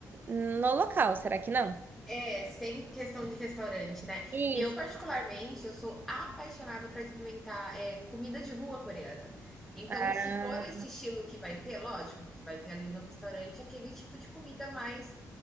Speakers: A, on the right (about 30°); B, in the centre.
A: no local, será que não?
B: É, sem questão de restaurante, né?
A: Isso.
B: E eu, particularmente, eu sou apaixonada para experimentar é, comida de rua coreana. Então,
A: Ah,
B: se for esse estilo que vai ter, lógico que vai ter ali no restaurante aquele tipo de comida mais,